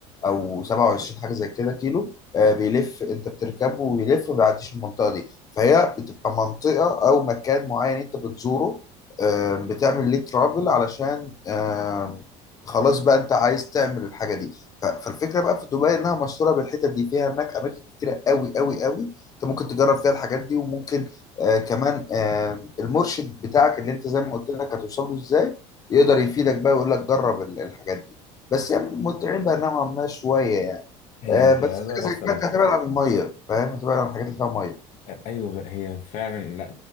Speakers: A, on the left; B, on the left.
A: او 27 حاجه زي كده كيلو آه، بيلف انت بتركبه ويلف ما بيعديش المنطقه دي فهي بتبقى منطقه او مكان معين انت بتزوره آم، بتعمل ليه ترافل علشان آم، خلاص بقى انت عايز تعمل الحاجه دي ف- فالفكره بقى في دبي انها مشهوره بالحتت دي فيها هناك اماكن كتيره قوي قوي قوي انت ممكن تجرب فيها الحاجات دي وممكن آه، كمان آم، المرشد بتاعك اللي انت زي ما قلت لك هتوصل له ازاي يقدر يفيدك بقى ويقول لك جرب ال- الحاجات دي بس هي متعبة نوعا ما شوية يعني
B: هي
A: آه
B: متعبة
A: بس
B: بس
A: حاجة زي كده أنت هتبعد عن المية فاهم هتبعد عن الحاجات اللي فيها مية
B: ايوه هي فعلا لا